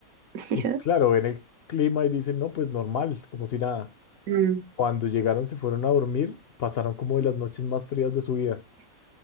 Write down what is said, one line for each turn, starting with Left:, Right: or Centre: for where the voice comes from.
Right: <laughs>
Left: y
Right: Ya.
Left: claro, ven el clima y dicen, no, pues normal, como si nada.
Right: Mm.
Left: Cuando llegaron, se fueron a dormir, pasaron como de las noches más frías de su vida.